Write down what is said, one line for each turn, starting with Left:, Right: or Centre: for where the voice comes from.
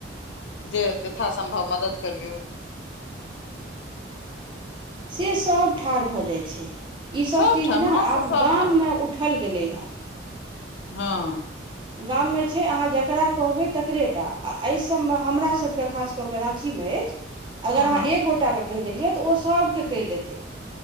Left: जे जथा सम्भव मदद करियौ।
Right: से सभ ठाढ़ भऽ जाइत छैय ईसभ
Left: सभठाम
Right: चीज ने
Left: हँ
Right: आब
Left: से सभठाम
Right: गाम मे
Left: होइ
Right: उठल गेलै हेँ।
Left: हँ
Right: गाम मे छैय अहाँ जकरा कहबै तकरे टा आ एहि सभ मे हमरा सभ रा खास क क राखी में अछि अगर
Left: हँ
Right: अहाँ
Left: हँ
Right: एक गोट के कहि देलियै तऽ ओ सभके कहि देतै।